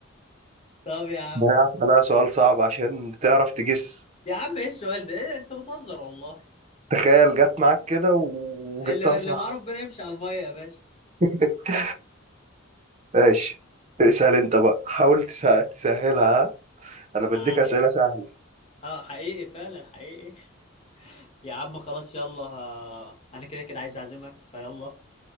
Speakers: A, on the left; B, on the right.
A: طب يا عم
B: ضيعت عليها سؤال صعب عشان تعرف تجس
A: يا عم إيه السؤال ده؟ إيه أنت بتهزر والله
B: تخيل جت معاك كده و- وجبتها
A: اللي
B: صح
A: اللي مع ربنا يمشي على المية يا باشا
B: <laughs> ماشي اسأل انت بقى حاول تسه- تسهلها ها؟ انا بديك
A: آه
B: اسئلة سهلة
A: اه حقيقي فعلا حقيقي يا عم خلاص يلا ها... انا كده كده عايز اعزمك فيلا